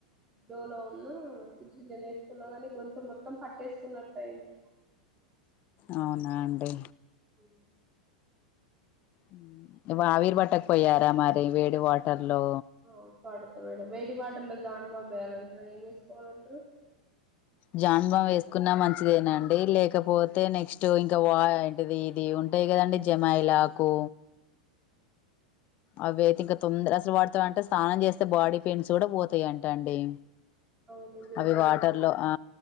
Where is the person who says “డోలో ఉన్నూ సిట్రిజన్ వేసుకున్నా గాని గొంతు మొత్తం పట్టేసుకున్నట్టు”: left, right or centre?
Right